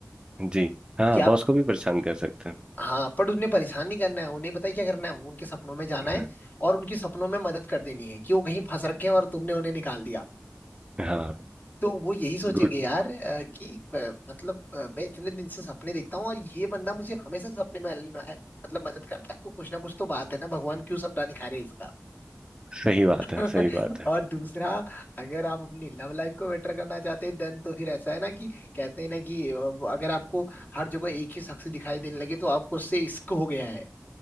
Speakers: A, on the right; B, on the left.
A: जी हाँ
B: कि आप
A: बॉस को भी परेशान कर सकते हैं
B: हाँ पर उन्हें परेशान नहीं करना है उन्हें पता है क्या करना है उनके सपनों में जाना है
A: हाँ
B: और उनके सपनों में मदद कर देनी है कि वो कहीं फंस रखे हैं और तुमने उन्हें निकाल दिया
A: हाँ
B: तो वो यही सोचेंगे
A: गुड
B: यार अ, कि अ, मतलब अ, मैं इतने दिन से सपने देखता हूँ और ये बंदा मुझे हमेशा सपने में हेल्प- है, मतलब मदद करता है तो कुछ ना कुछ तो बात है ना भगवान क्यों सपना दिखा रहे हैं इसका
A: सही बात
B: <laughs>
A: है सही बात है
B: और दूसरा अगर आप अपनी लव लाइफ को बेटर करना चाहते हैं देन तो फिर ऐसा है ना कि कहते हैं ना कि अ, वो अगर आपको हर जगह एक ही शख्स दिखाई देने लगे तो आपको उससे इश्क हो गया है